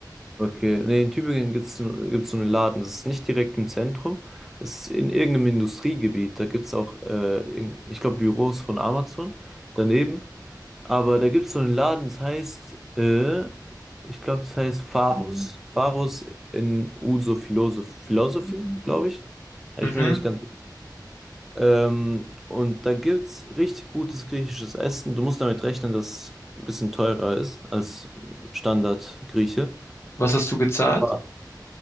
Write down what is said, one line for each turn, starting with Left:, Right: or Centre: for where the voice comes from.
Centre: Okay, nee, in Tübingen gibt es gibt's so einen Laden, das ist nicht direkt im Zentrum, es ist in irgendeinem Industriegebiet, da gibt es auch, äh, irgend- ich glaube, Büros von Amazon daneben, aber da gibt es so einen Laden, das heißt, äh, ich glaube, das heißt Pharos, Mhm. Pharos in Uso Philosoph Philosophy, glaube ich, Also
Left: Mhm.
Centre: ich bin mir nicht ganz Ähm, und da gibt's richtig gutes griechisches Essen. Du musst damit rechnen, dass es ein bisschen teurer ist als Standard-Grieche.
Left: Was hast du gezahlt?
Centre: Ah,